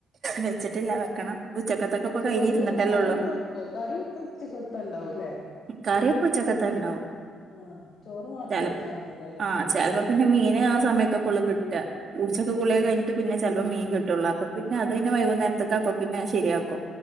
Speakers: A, on the right (about 50°); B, on the left (about 60°).
A: വെച്ചിട്ടില്ല വെക്കണം. ഉച്ചക്കത്തൊക്കെ ഇപ്പൊ
B: ചോറും
A: കഴിഞ്ഞിരുന്നിട്ടല്ലേ
B: കറിയൊക്കെ
A: ഉള്ളൂ
B: വെക്കോ കറിയൊക്കെ ഉച്ചക്കത്ത്ണ്ടാവൂല്ലേ.
A: കറിയക്കെ ഉച്ചക്കത്ത ഉണ്ടാവും.
B: ആഹ് ചോറ് മാത്രം
A: ച
B: വെച്ചാ മതിയല്ലോല്ലേ
A: ആഹ ചിലപ്പോ പിന്നെ മീന് ആ സമയത്തൊക്കെ ഉള്ളു കിട്ട. ഉച്ചക്ക് കുളിയകഴിഞ്ഞിട്ട്
B: ആഹ്
A: പിന്നെ ചെലപ്പോ മീൻ കിട്ടൂള്ളൂ അപ്പൊ പിന്നെ അത് പിന്നെ വൈകുന്നേരത്തേ അപ്പൊ പിന്നെ ശരിയാക്കും.